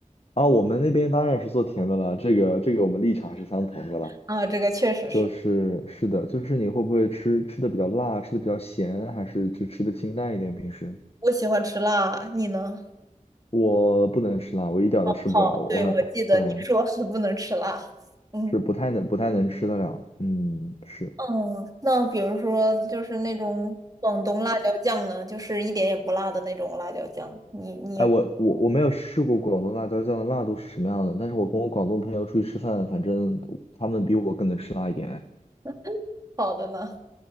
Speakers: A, on the left (about 45°); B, on the right (about 25°).
A: 啊，我们那边当然是做甜的了，这个这个我们立场是相同的了，
B: 啊，这个确实是，
A: 就是是的，就是你会不会吃吃的比较辣，吃的比较咸，还是就吃的清淡一点？平时
B: 我喜欢吃辣，你呢？
A: 我不能吃辣，我一点儿都吃不了，
B: 好，
A: 我很
B: 对，我记得你说是
A: <laughs> 对。
B: <laughs> 不能吃辣。嗯
A: 是不太能不太能吃得了。嗯，是。
B: 嗯，那比如说就是那种广东辣椒酱呢，就是一点也不辣的那种辣椒酱，你你也不
A: 哎，我我我没有试过广东辣椒酱的辣度是什么样的，但是我跟我广东朋友出去吃饭，反正他们比我更能吃辣一点。哎
B: <laughs> 好的呢。